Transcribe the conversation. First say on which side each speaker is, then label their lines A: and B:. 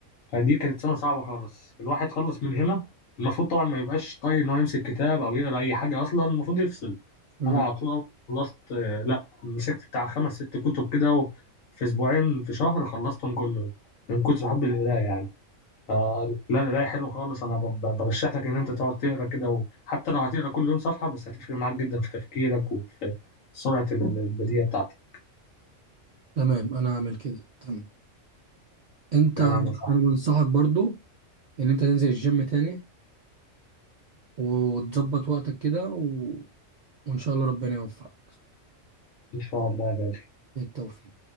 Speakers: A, on the left; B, on the right.
A: فدي كانت سنة صعبة خالص الواحد خلص من هنا المفروض طبعا ما يبقاش طايق ان هو يمسك كتاب او يقرا اي حاجة اصلا المفروض يفصل
B: ده
A: انا على طول أول ما خلصت آه، لا مسكت بتاع خمس ست كتب كده و- في اسبوعين في شهر خلصتهم كلهم من كتر حب القرايه يعني آه، لا القرايه حلو خالص انا ب- ب- برشح لك ان انت تقعد تقرا كده وحتى لو هتقرا كل يوم صفحه بس هتفرق معاك جدا في تفكيرك وفي سرعه ال- البديهه بتاعتك
B: تمام انا هعمل كده تمام انت
A: تمام
B: انا
A: يا صاحبي
B: بنصحك برضو ان انت تنزل الجيم تاني وتظبط وقتك كده و... وان شاء الله ربنا يوفقك
A: ان شاء الله يا غالي
B: بالتوفيق